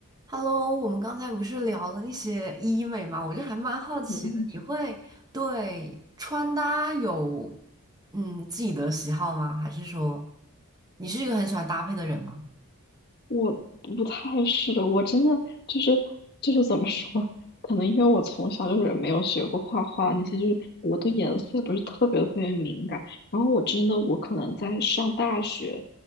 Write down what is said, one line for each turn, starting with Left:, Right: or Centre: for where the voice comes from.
Right: Hello，我们刚才不是聊了那些医美嘛，我就还蛮好奇的，
Left: 嗯，
Right: 你会对穿搭有嗯自己的喜好吗？还是说你是一个很喜欢搭配的人吗？
Left: 我不太是，我真的就是就是怎么说，可能因为我从小就是没有学过画画那些，就是我对颜色不是特别特别敏感。然后我真的，我可能在上大学，